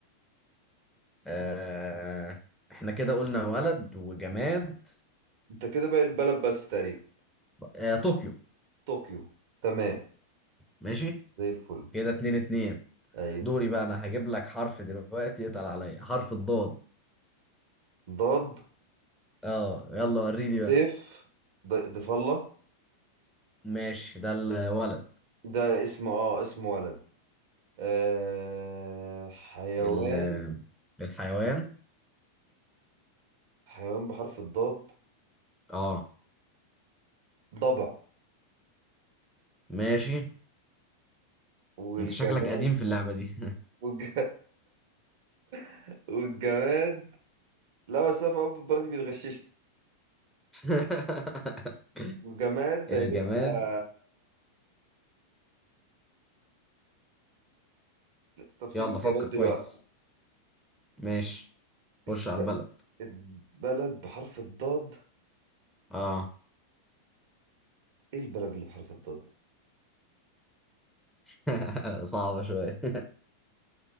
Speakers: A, in the centre; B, on the right (about 50°).
A: آه احنا كده قلنا ولد وجماد
B: انت كده باقي البلد بس تقريبا
A: آه طوكيو
B: طوكيو تمام
A: ماشي
B: زي الفل
A: كده اتنين اتنين
B: ايوه
A: دوري بقى انا هجيب لك حرف دلوقتي يتقل عليا حرف الضاد
B: ضاد
A: اه يلا وريني بقى
B: ضيف ض- ضيف الله
A: ماشي ده الولد
B: ده اسم اه اسم ولد آه حيوان
A: ال- الحيوان
B: حيوان بحرف الضاد
A: اه
B: ضبع
A: ماشي
B: والجماد
A: انت شكلك قديم في اللعبة دي
B: والج... <laughs> والجماد لا بس انا في أول برضه بيتغششني
A: <laughs>
B: والجماد ده
A: الجماد
B: هيبقى طب سيب
A: يلا
B: الجماد
A: فكر
B: دلوقتي
A: كويس ماشي خش
B: الب...
A: على البلد
B: البلد بحرف الضاد
A: اه
B: ايه البلد اللي بحرف الضاد
A: <laughs> صعبة شوية